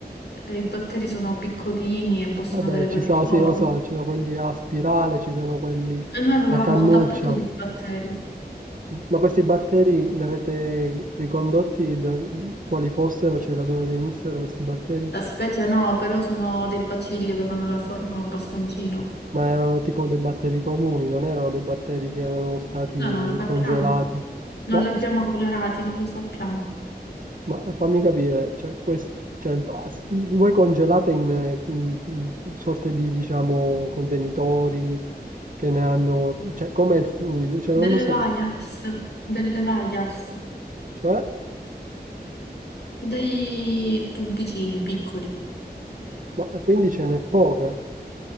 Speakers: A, on the left; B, on the right.
A: e i batteri sono piccolini e possono
B: Vabbè,
A: avere
B: ci
A: varie
B: sono,
A: forme.
B: sì, lo so, ci sono quelli a spirale, ci sono quelli
A: E noi avevamo
B: a cannuccia.
A: un tappeto di batteri.
B: Ma questi batteri li avete ricondotti da quali fossero, cioè da dove venissero questi batteri?
A: La specie no, però sono dei bacilli, avevano la forma a bastoncino.
B: Ma erano tipo dei batteri comuni, non erano dei batteri che erano stati
A: Noi non lo sappiamo.
B: congelati.
A: Non
B: Ma,
A: li abbiamo colorati, non lo sappiamo.
B: ma fammi capire, cioè, quest- cioè, as- voi congelate in, eh, in- in sorte di, diciamo, contenitori che ne hanno... Cioè, com'è il fluido? Cioè, non
A: Delle
B: lo so.
A: vaias, delle vaias,
B: Cioè,
A: dei tubicini piccoli.
B: ma quindi ce n'è poca